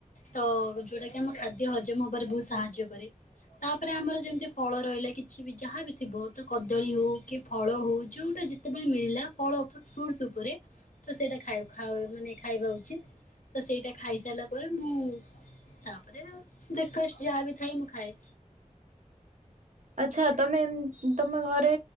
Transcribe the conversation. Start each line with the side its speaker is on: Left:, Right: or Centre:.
Left: ତ ଯୋଉଟା କି ଆମ ଖାଦ୍ୟ ହଜମ ହବାରେ ବୋହୁତ୍ ସାହାଯ୍ୟ କରେ। ତାପରେ ଆମର ଯେମିତି ଫଳ ରହିଲା କିଛି ବି ଯାହା ବିି ଥିବ, ତ କଦଳୀ ହୋଉ କି ଫଳ ହୋଉ ଯୋଉଟା ଯେତ୍ ଯେତେବେଳେ ମିଳିଲା ଫଳ ଉପରେ ଫ୍ରୁଟସ୍ ଉପରେ ତ ସେଇଟା ଖାଇବା, ଆଉ ମାନେ ଖାଇବା ଉଚିତ୍। ତ ସେଇଟା ଖାଇସାଇଲା ପରେ ମୁଁ ତା ପରେ ବେକ୍ ଫାଷ୍ଟ ଯାହା ବି ଥାଏ ମୁଁ ଖାଏ।
Right: ଆଚ୍ଛା ତମେ ଏମ ତମେ ଘରେ